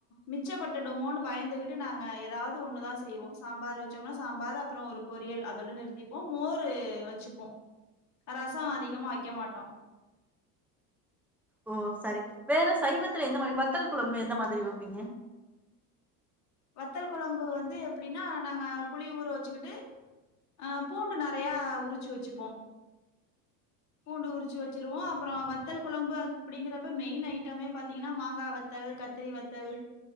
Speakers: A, on the left (about 35°); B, in the centre.
A: மிச்சப்பட்டுடுமோனு பயந்துகிட்டு நாங்க ஏதாவது ஒண்ணுதா செய்வோ சாம்பார் ச்சம்னா சாம்பார் அப்றோ ஒரு பொரியல் அதோட நிறுத்திப்போ மோரு வச்சுப்போ ரச அதிகமா வக்க மாட்டோ
B: ஓ சரி வேறு சைவத்துல எந்த மாரி வத்தல் குழம்பு எந்த மாதிரி வப்பீங்க
A: வத்தல் குழம்பு வந்து எப்டின்னா நாங்க புளி ஊற வச்சுக்கிட்டு ஆ பூண்டு நெறையா உரிச்சு வச்சுப்போ பூண்டு உரிச்சு வச்சுருவோ அப்பற வத்தல் குழம்பு அப்டிங்கறப்ப மெயின் ஐட்டமே பாத்தீங்ன்னா மாங்கா வத்தல் க த்திரி வத்தல்